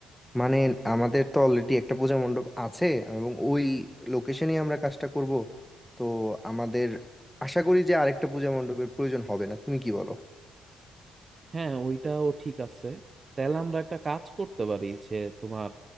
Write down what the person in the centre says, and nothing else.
মানে আমাদের তো অলরেডি একটা পূজা মণ্ডপ আছে এবং ওই লোকেশনেই আমরা কাজটা করব তো আমাদের আশা করি যে আরেকটা পূজা মণ্ডপের প্রয়োজন হবে না তুমি কি বলো